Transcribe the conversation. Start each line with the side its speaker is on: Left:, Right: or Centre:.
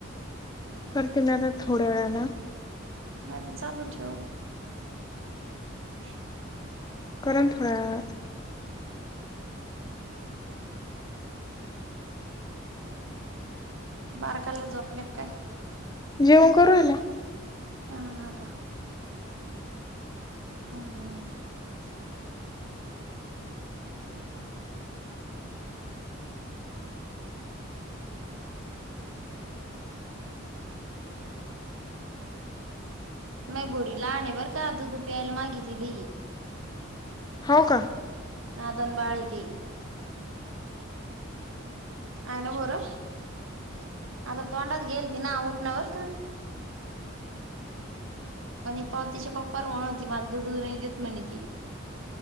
Left: करते ना मी आता थोड्या वेळान.
Right: नाही तर चालू ठेव. <inaudible> <unintelligible>
Left: करन थोड्या वेळात.
Right: बारकाला झोपले काय?
Left: जेवून करू ईल्या.
Right: आ हा का? हम. <unintelligible> मय बोरी लहान आहे बर का दुधु प्यायला मागे दिली.
Left: हो का?
Right: हा दोन बाळ आहे ते. आयन बोर हम्म आता तोंडात गेलती ना उटण्यावरका. <unintelligible> आणि पातिच्या पप्पाला म्हणव होती मला दूध दुध नाही देत म्हणे ती <unintelligible>